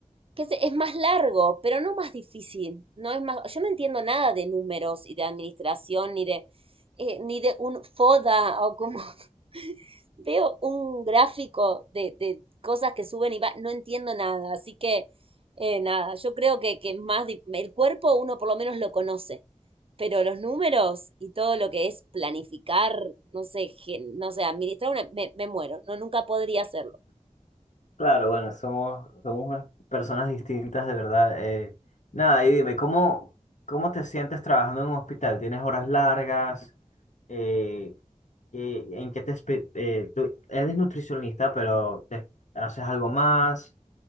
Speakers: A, on the right; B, on the left.
A: que se- es más largo, pero no más difícil. No es más, yo no entiendo nada de números y de administración, ni de, eh, ni de un FODA o como <laughs> veo un gráfico de, de cosas que suben y va, no entiendo nada, así que eh, nada, yo creo que, que más di- el cuerpo uno por lo menos lo conoce, pero los números y todo lo que es planificar, no sé, gen- no sé, administrar una, me, me muero, no, nunca podría hacerlo.
B: Claro, bueno, somos, somos unas personas distintas, de verdad. eh. nada, y dime, ¿cómo, cómo te sientes trabajando en un hospital? ¿Tienes horas largas? Eh, ¿qué- ¿en qué te... espe- eh, tú eres nutricionista, pero te- haces algo más?